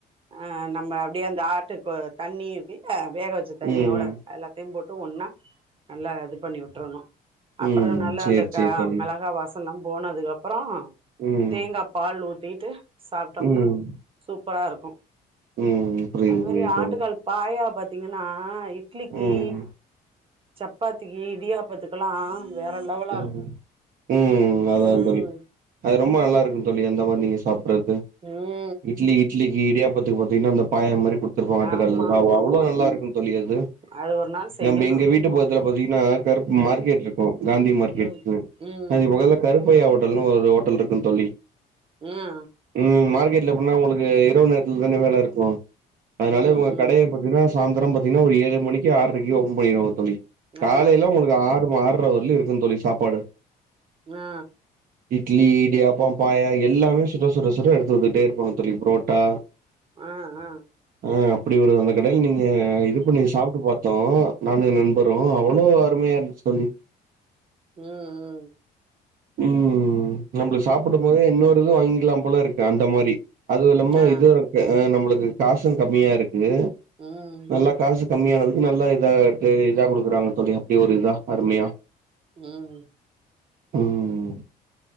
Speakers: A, on the right; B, on the right.
A: ஆ நம்ம அப்டியே அந்த ஆட்டுக்கு தண்ணி இருக்குல்ல வேக வச்சு ச்ச தண்ணியோட
B: ம்
A: எல்லாத்தையு போட்டு ஒன்னா நல்லா இது பண்ணி விட்றணு அப்றோ
B: ம்
A: நல்லா
B: சேரி
A: அந்த கா
B: சேரி தோழி
A: மெளகா வாச சல்லாம் போனதுக்கப்றோ
B: ம்
A: தேங்கா பால் ஊத்திட்டு சாப்டம்னா
B: ம்
A: சூப்பரா இருக்கு
B: ம் புரியுது
A: அது மாரி
B: புரியுது
A: ஆட்டுகால்
B: தோழி
A: பாயா பாத்தீங்கன்னா இட்லிக்கி
B: ம்
A: சப்பாத்திக்கி இடியாப்பத்துக்கல்லா வேற லெவலா
B: ம்
A: இருக்கு
B: ம் அதா
A: ம்
B: தோழி அது ரொம்ப நல்லா இருக்கு தோழி அந்த மாரி நீங்க சாப்புறதுக்கு
A: ம்
B: இட்லி இட்லிக்கி இடியாப்பத்துக்கு பாத்தீங்கன்னா அந்த பாய மாரி குடுத் த்துருப்பாங்க ஆட்டுக்காலு
A: ஆமா
B: சாப்புடுவோ
A: ஆமா
B: அவ்ளோ
A: ஆமா
B: நல்லா இருக்கு தோழி அது
A: அது ஒரு நாள் செய்யணு
B: நம்ப எங்க வீட்டு பக்கத்துல பாத்தீங்கன்னா கருப்பு
A: ம்
B: மார்க்கேட் இருக்கு காந்தி மார்கெட்னு
A: ம் ம்
B: அதுக்கு பக்கத்துல கருப்பையா ஹோட்டல்னு ஒரு ஹோட்டல் இருக்கும் தோழி
A: இன்னா
B: ம் மார்க்கெட்ல ஃபுல்லா உங்களுக்கு இரவு நேரத்துல தான வேல இருக்கு அதுனால
A: ம்
B: இவுங்க
A: ம்
B: கடைய பாத்தீங்னா சாந்த்ரோ பாத்தீங்கன்னா ஒரு ஏழு மணிக்கு ஆறுரைக்கி ஓபன் பண்ணிடுவாங்க தோழி காலையில
A: ஆ
B: உங்களுக்கு ஆறு மா ஆறு இட்லி இருக்குந் தோழி சாப்பாடு
A: நா
B: இட்லி இடியாப்பம் பாயா எல்லாமே சுட சுட சுட எடுத்து வந்துகிட்டே இருப்பாங்க தோழி புரோட் ட்டா
A: ஆ ஆ ஆ
B: ம் அப்டி ஒரு அந்த கடையில நீங்க இது பண்ணி
A: ம்
B: சாப்புட்டு பாத் த்தோ நானு ஏ நண்பரு அவ்ளோ அருமையா இருந்துச்சு தோழி
A: ம் ம்
B: ம் நம்பளுக் சாப்புடும் போதே இன்னொரு இது வாங்கிக்கலா போல இருக்கு அந்த மாரி அதுவு இல்லாம
A: ஆ
B: இது நம்மளுக்கு காசு கம்மியா இருக்கு
A: ம்
B: நல்லா காசு கம்மியானதுக்கு நல்லா இதாக ட்ரே இதா குடுக்குறாங்க தோழி அப்டி ஒரு இதா அருமையா
A: ம் ம்
B: ம்